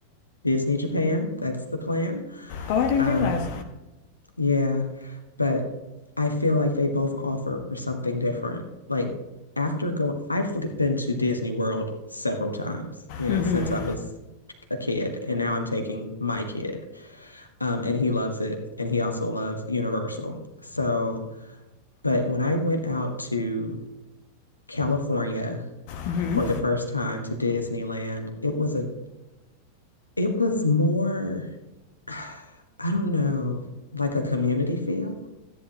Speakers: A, on the left (about 85°); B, on the left (about 45°).
A: Disney Japan. That's the plan.
B: Oh, I didn't
A: Um,
B: realize.
A: yeah, but I feel like they both offer something different. Like after going, I've been to Disney World several times, you know,
B: Mm-hmm.
A: since I was a kid, and now I'm taking my kid. Um, and he loves it. And he also loves Universal. So, but when I went out to California
B: Mm-hmm.
A: for the first time to Disneyland, it was a, it was more, <sighs> I don't know, like a community feel.